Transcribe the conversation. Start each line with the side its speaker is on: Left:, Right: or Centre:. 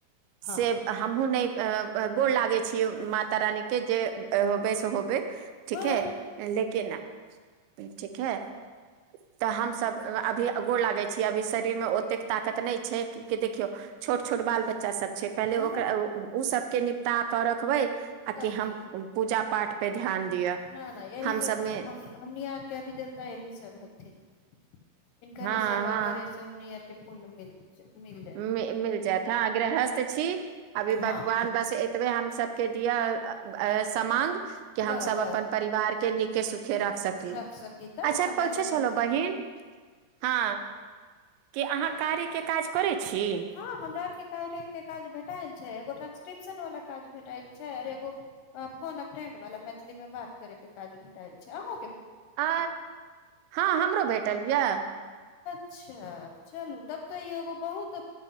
Left: हँ
Right: से हमूँ नहि गोर लाग लगे छिय माता रानी के जे एहो <unintelligible> तऽ होब ठीक
Left: हँ
Right: है लेकिन ठीक है तऽ हमसब अभीगो लागे छी अभी शरीर मे ओतेक ताकत नहि छैय कि देखियौ छोट छोट बाल बच्चा बच्चा सब छैय पहिले
Left: हँ
Right: ओकरा ओ सबके ताकऽ रखबै आ
Left: तब
Right: कि हम
Left: की
Right: पूजा पाठ पे ध्यान दिअ
Left: न न यही
Right: हम
Left: सब
Right: सबमे
Left: हमनी यारकेभी देवता यही सब ह ठीक इनकरे
Right: हँ
Left: सेवाकरै
Right: हँ
Left: से हमनी अर के पुण्य मिल मिल जाय
Right: मिल जायत ह गृहस्थ छी अभी
Left: हँ
Right: भगवान बस एतबे हमसब के दिय समाँग कि
Left: ब
Right: हमसब
Left: ब
Right: अपन परिवार के निके सु खे राख सकी
Left: रख तऽ
Right: अच्छा
Left: समय
Right: पूछे
Left: समय
Right: छलहु
Left: पर
Right: बहिन हँ कि अहाँ कार्यके काज करै छी
Left: हँ हमरा आरके कार्य के काज भेटाय छैय एगो ट्रांसक्रिप्शन वाला काज भेटायल छैय और एगो फोन फ्रेंड वाला मैथिली मे बात करे के काज भेटल छैय अहु
Right: अ हँ हमरो भे टालया
Left: अच्छा चलू तब तऽ ई एगो बहुत